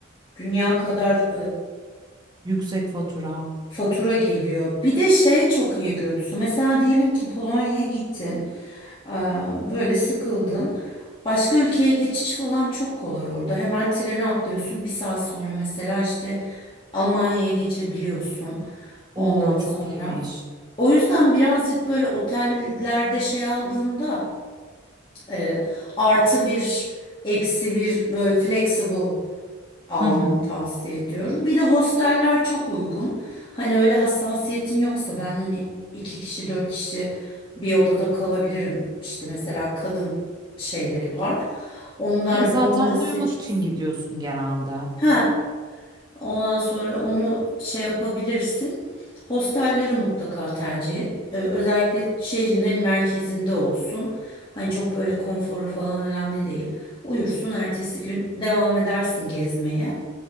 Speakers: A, on the left; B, on the right.
A: Dünya kadar
B: Yüksek fatura.
A: Fatura geliyor. Bir de şey çok iyi görürsü. Mesela diyelim ki Polonya'ya gittin, eee, böyle sıkıldın. Başka ülkeye geçiş falan çok kolay orada. Hemen trene atlıyorsun. Bir saat sonra mesela işte Almanya'ya geçebiliyorsun.
B: Oo
A: Ondan sonra.
B: çok iyiymiş.
A: O yüzden birazcık böyle otellerde şey aldığında eee, artı bir, eksi bir böyle flexible almanı
B: Hı hı.
A: tavsiye ediyorum. Bir de hosteller çok uygun. Hani öyle hassasiyetin yoksa ben hani iki kişi dört kişi bir odada kalabilirim. İşte mesela kadın şeyleri var. Onlar
B: E, zaten
A: onları seç.
B: uyumak için gidiyorsun genelde.
A: Ha, ondan sonra onu şey yapabilirsin. Hostelleri mutlaka tercih et. Ee, özellikle şehrin en merkezinde olsun. Hani çok böyle konforu falan önemli değil. Uyursun, ertesi gün devam edersin gezmeye.